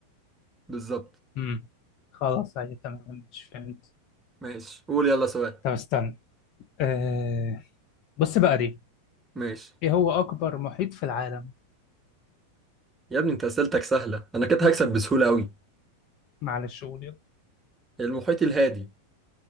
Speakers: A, on the right; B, on the left.
A: بالظبط
B: امم خلاص عادي تمام مش فهمت
A: ماشي قول يلا سؤال
B: طب استنى أه... بص بقى دي
A: ماشي
B: ايه هو اكبر محيط في العالم
A: يا ابني انت اسئلتك سهلة انا كده هكسب بسهولة قوي
B: معلش قول يلا
A: المحيط الهادي